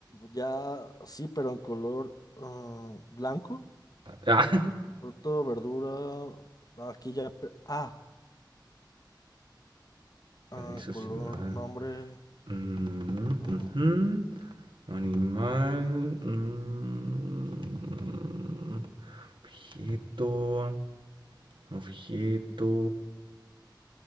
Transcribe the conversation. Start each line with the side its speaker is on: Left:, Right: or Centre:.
Left: Ya, sí, pero en color ah, blanco.
Right: Ah,
Left: Fruto, verdura. Aquí ya. pe- Ah,
Right: paraíso
Left: ah,
Right: ciudad.
Left: color, nombre.
Right: Mm,
Left: ah,
Right: ujú. Animal.
Left: ca-
Right: mm, objeto. Objeto.